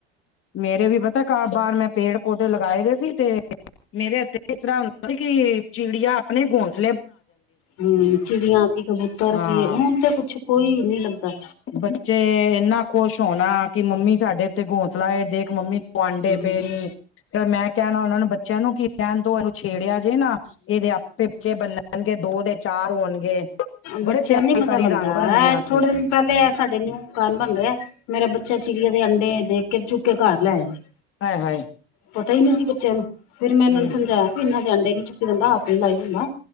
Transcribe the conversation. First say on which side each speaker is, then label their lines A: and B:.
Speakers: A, on the left (about 45°); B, on the left (about 65°).
A: ਮੇਰੇ ਵੀ ਪਤਾ ਕਾ ਬਾਰ ਮੈਂ ਪੇੜ -ਪੌਦੇ ਲਗਾਏ ਦੇ ਸੀ। ਤੇ ਮੇਰੇ ਏਥੇ ਇਸ ਤਰ੍ਹਾਂ ਹੁੰਦਾ ਸੀ ਕੀ ਚਿੜੀਆਂ ਆਪਣੇ ਘੋਂਸ
B: ਹੂੰ ਚਿੜੀਆਂ ਸੀ, ਕਬੂਤਰ
A: ਹਾਂ
B: ਸੀ, ਹੁਣ ਤੇ ਕੁਛ ਕੋਈ ਨੀ ਲੱਭਦਾ।
A: ਬੱਚੇ ਏਨਾ ਖੁਸ਼ ਹੋਣਾ ਕੀ ਮੰਮੀ ਸਾਡੇ ਤੇ ਘੋਂਸਲਾ ਏ, ਦੇਖ ਮੰਮੀ <unintelligible> ਆਂਡੇ
B: ਹੂੰ-ਹੂੰ
A: ਪਏ ਨੀ। ਫੇਰ ਮੈਂ ਕੈਣਾ ਓਨਾਂ ਨੂੰ ਬੱਚਿਆਂ ਨੂੰ, ਕੀ ਰੈਣ ਦੋ ਏਨੂੰ ਛੇੜਿਆ ਜੇ ਨਾ। ਏਦੇ ਆਪੇ ਬੱਚੇ ਬਨੰਣ ਬਨਣਗੇ। ਦੋ ਦੇ ਚਾਰ ਹੋਣਗੇ। ਬੜੇ
B: ਬੱਚਿਆਂ
A: ਪਿਆਰੀ
B: ਨੂੰ ਨੀ ਪਤਾ
A: ਪਿਆਰੀ
B: ਲੱਗਦਾ।
A: ਰੰਗ ਬਿਰੰਗੀਆਂ
B: ਐ
A: ਸੀ
B: ਥੋੜੇ ਦਿਨ ਪੈਲੇ ਆ ਸਾਡੇ ਨਿਊ ਮਕਾਨ ਬਣ ਰਿਆ। ਮੇਰਾ ਬੱਚੇ ਚਿੜੀਆਂ ਦੇ ਅੰਡੇ ਦੇਖ ਕੇ, ਚੁੱਕ ਕੇ ਘਰ ਲੈਆ ਸੀ।
A: ਆਏ ਹਾਏ।
B: ਪਤਾ ਨੀ ਸੀ ਬੱਚਿਆਂ ਨੂੰ, ਫੇਰ ਮੈਂ ਏਨਾਂ
A: ਹੂੰ
B: ਨੂੰ ਸਮਝਾਇਆ ਕੀ ਏਨਾਂ ਦੇ ਆਂਡੇ ਨੀ ਚੁੱਕੀ ਦਾ ਹੁੰਦਾ, ਹੱਥ ਨੀ ਲਾਈ ਦਾ ਹੁੰਦਾ।